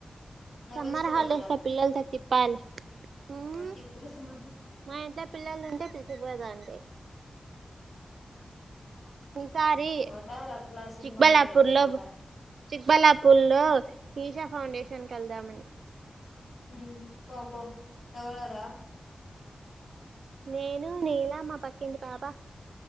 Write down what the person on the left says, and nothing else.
నువ్వు
పిలుచుకోపోదురా
తిప్పుదురా
పోతారు అట్లా సినిమాలకి
అట్లా
పోతారు
ఉమ్ పో పో ఎవరెవరా